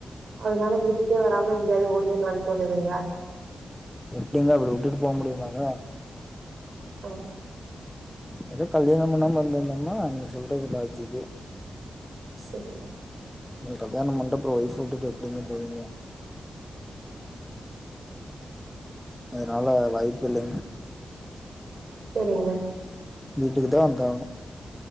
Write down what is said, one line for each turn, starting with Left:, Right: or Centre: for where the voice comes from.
Right: அதுனால வீட்டுக்கே வராம எங்கயாது ஓடிறலானு தோணுதுங்ளா
Centre: எப்டிங்க அப்புடி விட்டுட்டு போ முடியுங்ளாங்க
Right: ஆ
Centre: ஏதோ கல்யாணம் பண்ணாம இருந்துர்ந்தம்னா நீங்க சொல்றது லாஜிக்கு
Right: செரிங்க
Centre: நீங்க கல்யாணம் பண்ட்டு அப்றோ ஓய்ஃப விட்டுட்டு எப்டிங்க போவீங்க அதுனால வாய்ப்பில்லைங்க
Right: செரிங்க
Centre: வீட்டுக்குத்தா வந்தாகனூ